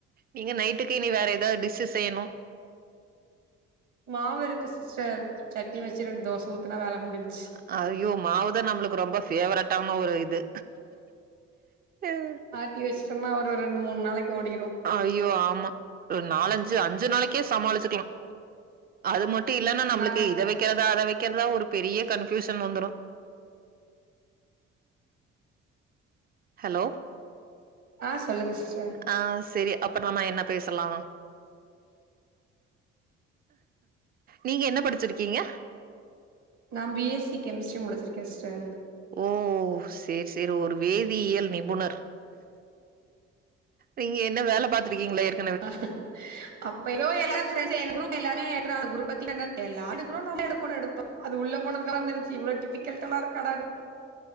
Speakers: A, on the right (about 25°); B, on the right (about 55°).
A: நீங்க நைட்டுக்கு இனி வேற எதாவ்து டிஷ்ஷு செய்யணு
B: மாவு இருக்கு சிஸ்டர் சட்னி வெச்சு ரெண்டு தோச ஊத்துனா வேல முடிஞ்
A: அ ஐயோ மாவுதா நம்மளுக்கு ரொம்ப ஃபேவரட்டான ஒரு இது ம்
B: ஆட்டி வச்ட்டம்னா ஒரு ரெண்டு மூணு நாளைக்கு ஓடிரு
A: ஐயோ ஆமா ஒரு நாலஞ்சு அஞ்சு நாளைக்கே சமாளிச்சுக்கலா அது மட் டு இல்லனா நம்மளுக்கு
B: நா
A: இத வெக்கறதா அத வெக்கறதா ஒரு பெரிய கன்ஃபியூஷன் வந்துரு ஹலோ
B: ஆ சொல்லுங்க சிஸ்டர்
A: ஆ செரி அப்ப நம்ம என்ன பேசலா நீங்க என்ன படிச்சிருக்கீங்க
B: நா பி எஸ் சி கெமிஸ்ட்ரி முடிச்சிருக்கே சிஸ்டர்
A: ஓ சேரி சேரி ஒரு வேதியியல் நிபுணர் நீங்க என்ன வேல பாத்திருக்கீங்ளா ஏற்க்
B: அ ஹா அப் இப்ப எதோ எல்லாரு ஃபிரெண்ட்ஸு எந்த குரூப் எல்லாரு எடுக்றாங்க அந்த குரூப் பத்தி என்னன் தெர்ல ஆ எடுக்குறோ நாம் எடுப்போணு எடுத்தோ அது உள்ள போனதுக்கப்பற தெரிஞ்ச்சு இவ்ளோ டிஃபிக்கல்ட்டாலா இருக்காடானு